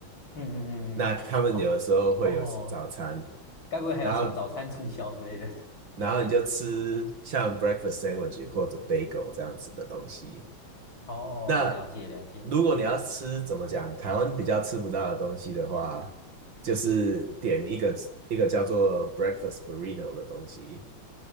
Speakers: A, on the left; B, on the right.
A: 嗯嗯嗯嗯嗯，
B: 那他们有的时候会有早餐，
A: 哦哦，该不会还有什么早餐促销之类的？
B: 然后然后你就吃像 breakfast sandwich 或者 bagel 这样子的东西。
A: <laughs> 哦，
B: 那
A: 了解了解，
B: 如果你要吃，怎么讲，台湾比较吃不到的东西的话，就是点一个一个叫做 breakfast burrito 的东西，